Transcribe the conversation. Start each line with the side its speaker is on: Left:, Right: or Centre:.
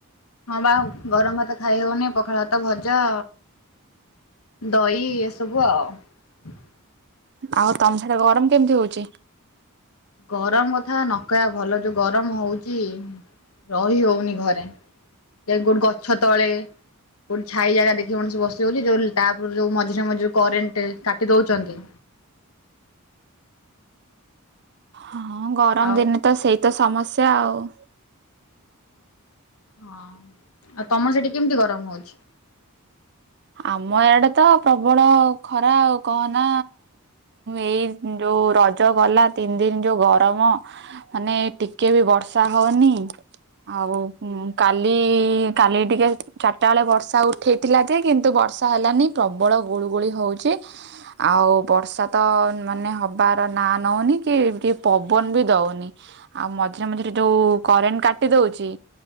Left: ହଁ ବାଉ ଗରମ ଭାତ୍ ଖାଇ ହୋଉନି ପଖାଳ ଭାତ୍ ଭାତ ଭଜା ଦହି ଏସବୁ ଆଉ।
Right: ଆଉ ତମ ସେଟା ଗରମ କେମିତି ହଉଛି?
Left: ଗରମ କଥା ନ କହ ଭଲ ଯୋଉ ଗର ଗରମ ହଉଚି। ରହି ହଉନି ଘରେ ଗୋଟେ ଗଛ ତଳେ ଗୋଟେ ଛାଇ ଜାଗା ଦେଖି ମଣିଷ ବସିଯାଉଛି ଯୋଉ ତାପରେ ଯୋଉ ମଝିରେ ମଝିରେ କରେଣ୍ଟ କାଟି ଦଉଛନ୍ତି।
Right: ହଁ ଗରମ
Left: ଆଉ
Right: ଦିନେ ତ ସେଇତି ଏ ତ ସମସ୍ୟା ଆଉ।
Left: ହଁ। ଆଉ ତମର ସେଠି କେମିତି ଗରମ ହଉଛି?
Right: ଆମ ଇଆଡେ ତ ପ୍ରବଳ ଖ ଖରା ଆଉ କହନା ଏଇ ଯୋଉ ରଜ ଗଲା ତିନି ଦିନ ଯୋଉ ଗରମ ମାନେ ଟିକେ ବି ବର୍ଷା ହଉନି। ଆଉ ହୁଁ। କାଲି କାଲି ଟିକେ ଚାଟାବେଳେ ବର୍ଷା ଉଠେଇ ଥିଲା ଯେ, କିନ୍ତୁ ବର୍ଷା ହେଲାନି ପ୍ରବଳ ଗୁଳୁ ଗୁଳି ହଉଛି ଆଉ ବର୍ଷା ତ ମାନେ ହବାର ନା ନଉନି କି ଟିକେ ପବନ ବି ଦଉନି ଆଉ ମଝିରେ ମଝିରେ ଯୋଉ କରେଣ୍ଟ କାଟି ଦଉଛି